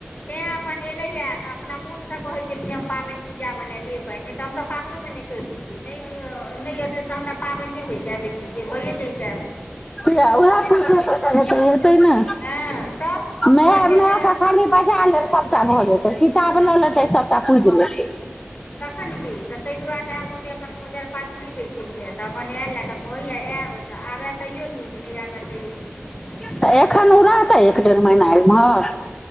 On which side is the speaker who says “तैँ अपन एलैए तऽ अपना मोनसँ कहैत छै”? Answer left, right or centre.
Left